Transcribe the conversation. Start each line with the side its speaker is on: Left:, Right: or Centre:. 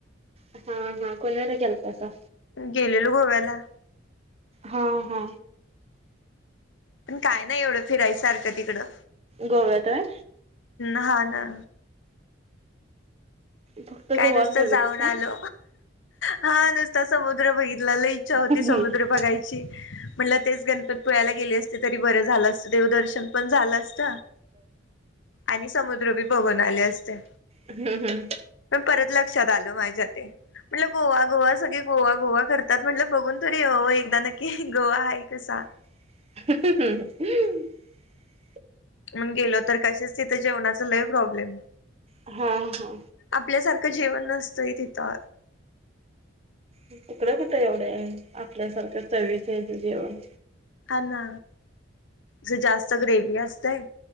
Right: हा हा कुणीकडे गेलतासा?
Left: गेलेलो गोव्याला.
Right: हा हा.
Left: पण काय नाही एवढं फिरायसारखं तिकडं.
Right: गोव्यात होय?
Left: हा. हा.
Right: फक्त
Left: काही
Right: गोवाच
Left: नुसत
Right: बघितलासा?
Left: जाऊन आलो. हा नुसता समुद्र बघितल्याला. लई इच्छा होती
Right: नंतर
Left: समुद्र बघायची म्हटलं तेच गणपती पोळ्याला गेले बर झाल असत तर बर झालं असतं. देवदर्शन पण झालं असत. आणि समुद्र बी बघून आले असते.
Right: हम्म. हम्म.
Left: पण परत लक्षात आल माझ्या ते. म्हटलं गोवा-गोवा सगळे गोवा-गोवा करतात, म्हटलं बघून तरी एकदा नक्की गोवा आहे कसा.
Right: <unintelligible>
Left: म्हणून गेलो तर कशाच तिथे जेवणाच लय प्रॉब्लेम,
Right: हा हा.
Left: आपल्यासारख का जेवण नसतंय तिथं.
Right: तुकडं कुठे एवढे आहे, आपल्यासारखं चवीच आहे जेवण.
Left: हाना ते जास्त ग्रेवी असतेय.